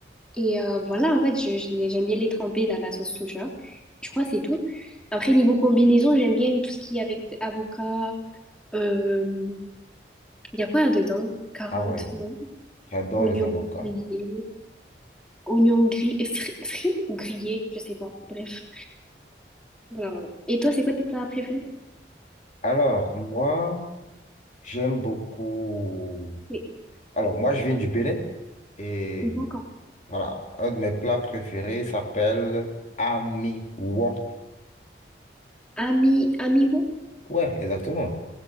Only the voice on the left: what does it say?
Ah ouais,
j'adore
les avocats.
Alors, moi, j'aime beaucoup...
Alors, moi, je viens du Bénin et
voilà, un de mes plats préférés s'appelle Ami Wok.
Ouais, exactement.